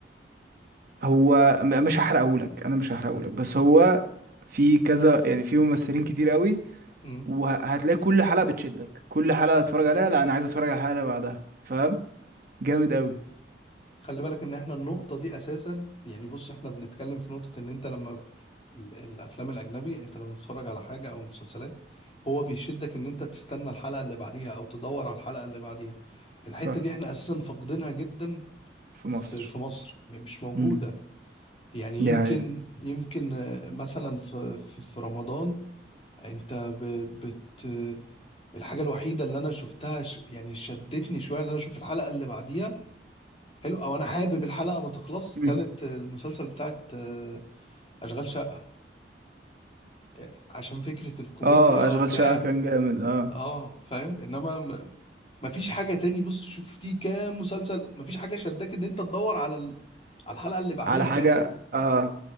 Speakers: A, on the right (about 50°); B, on the left (about 30°).
A: هو م- مش هحرقهولك انا مش هحرقهولك بس هو في كذا يعني في ممثلين كتير قوي
B: م.
A: وهتلاقي كل حلقة بتشدك كل حلقة هتتفرج عليها لا انا عايز اتفرج على الحلقة اللي بعدها فاهم جامد قوي
B: خلي بالك ان احنا النقطة دي اساسا يعني بص احنا بنتكلم في نقطة ان انت لما ال- الافلام الاجنبي انت لما بتتفرج على حاجة او مسلسلات هو بيشدك ان انت تستنى الحلقة اللي بعديها او تدور على الحلقة اللي بعديها الحتة
A: صح
B: دي احنا اساسا فاقدينها جدا
A: في مصر
B: في في مصر يعني مش موجودة
A: امم
B: يعني
A: دي
B: يمكن
A: حقيقة
B: يمكن آه، مثلا في في في رمضان انت ب- بت الحاجه الوحيده اللي انا شفتها ش... يعني شدتني شويه ان انا اشوف الحلقه اللي بعديها حلو او انا حابب الحلقه ما تخلص
A: مم.
B: كانت المسلسل بتاعت آه، اشغال شقه آه، عشان فكره الكوميديا
A: اه
B: وبتاع
A: اشغال شقة كان جامد اه
B: اه فاهم انما م... مفيش حاجه تاني بص شوف في كام مسلسل مفيش حاجه شداك ان انت تدور على ال... على الحلقه اللي بعديها
A: على حاجة
B: تاني
A: اه